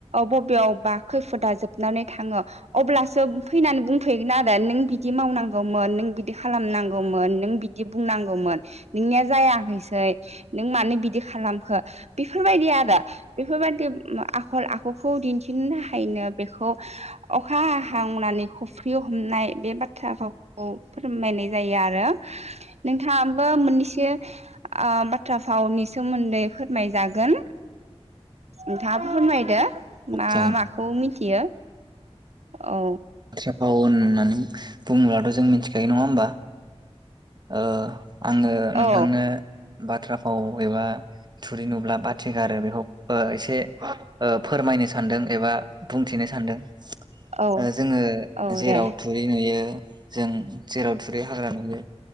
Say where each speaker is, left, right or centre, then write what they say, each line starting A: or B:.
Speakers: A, on the right (about 80°); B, on the right (about 40°).
A: बबेयावबा खैफोदा जोबनानै थाङो अब्लासो फैनानै बुंफैगोन आरो नों बिदि मावनांगौमोन नों बि दि खालामनांगौमोन नों बिदि बुंनांगौमोन नोंनिया जायाखैसै नों मानो बिदि खालामखो बेफोरबायदि आरो बेफोरबायदि आखल आखु खौ दिन्थिनो थाखायनो बेखौ अखा हा हांनानै खफ्रि हमनाय बे बाथ्राखौ खौ फोरमायनाय जायो आरो। नोंथाङाबो मोननैसो आ बाथ्रा भावनि सोमोन्दै फोरमायजागोन। नोंथाङाबो फोरमायदो मा
B: जागोन
A: माखौ मिथियो औ।
B: बाथ्रा फाव होननानै बुङोब्लाथ' जों मिथिखायो नङा होमबा? ओ आङो नोंथांनो
A: औ
B: बाथ्रा फाव एबा थुरि नुब्ला बाथि गारो बेखौ ओ एसे ओ फोरमायनो सानदों एबा बुंथिनो सानदों
A: औ
B: ओ जोङो
A: औ
B: जेराव
A: दे
B: थुरि नुयो जों जेराव थुरि हाग्रा नुयो